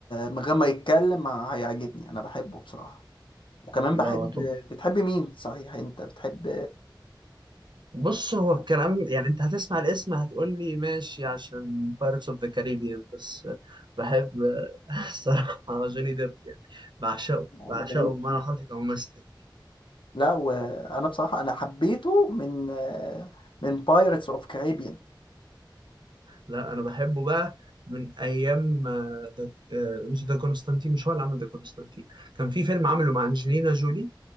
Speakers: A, on the left; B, on the right.
A: من غير ما يتكلم هيعجبني انا بحبه بصراحة وكمان
B: لا
A: بحب
B: هو توم
A: بتحب مين صحيح انت بتحب
B: بص هو الكلام يعني انت هتسمع الاسم هتقول لي ماشي عشان Pirates of the Caribbean بس بحب <laughs> الصراحة جوني ديب يعني بعشقه بعشقه
A: انا بموت
B: بمعنى
A: فيه
B: حرفي كممثل
A: لا وانا بصراحة انا حبيته من من بايرتس اوف كاريبيان
B: لا انا بحبه بقى من ايام آه، ده آه، مش ده كونستانتين مش هو اللي عمل ده كونستانتين كان في فيلم عمله مع انجلينا جولي